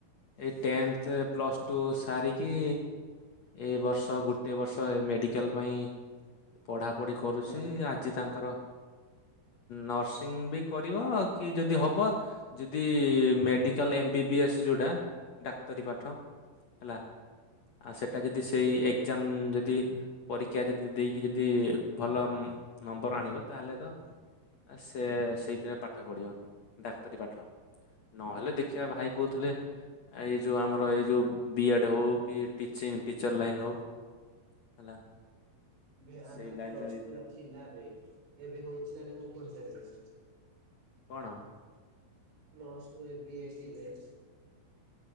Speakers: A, on the left; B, on the right.
A: ଏଇ ଟେନ୍ଥ ପ୍ଲସ୍ ଟୁ ସାରିକି ଏଇ ବର୍ଷ ଗୋଟେ ବର୍ଷ ମେଡ଼ିକାଲ୍ ପାଇଁ ପଢ଼ାପଢି କରୁଚି
B: ନର୍ସିଂ
A: ଆଜି ତାଙ୍କର ନର୍ସିଂବି କରିବ, କିଯଦି ହବ ଯଦି medical M B B S ଯୋଉଟା ଡାକ୍ତରୀ
B: ହୁଁ
A: ପାଠ ହେଲା ଆଉ ସେଟା ଯଦି ସେଇ ଏକ୍ଜାମ୍ ଯଦି ପରୀକ୍ଷା ଯଦି ଦେଇକି ଯଦି ଭଲ ନମ୍ବର ଆଣିବ ତାହେଲେ ତ ଆସେ ସେଇଥିରେ ପାଠ ପଢ଼ିବ ଡାକ୍ତରୀ ପାଠ। ନହେଲେ
B: ଉଁ ହୁଁ
A: ଦେଖିଆ ଭାଇ କହୁଥିଲେ ଏଇ ଯୋଉ ଆମର ଏଇ ଯୋଉ ବି ଏଡ ହଉକି ଟିଚି ଟିଚର୍ ଲାଇନ୍ ହଉ ହେଲା।
B: ବି
A: ସେଇ
B: ଆପରେ
A: ଲାଇନ
B: ପ୍ଲସ୍
A: ରେ
B: ଟୁରେ
A: ଦେବା ପାଇଁ
B: ଥିଲା ଏବେ ଏବେ ହଉଚି ନାଇଁ ମୁଁ କହିପାରିବିନି।
A: କଣ?
B: ପ୍ଲସ୍ ଟୁରେ ବି ଏ ଡିରେ।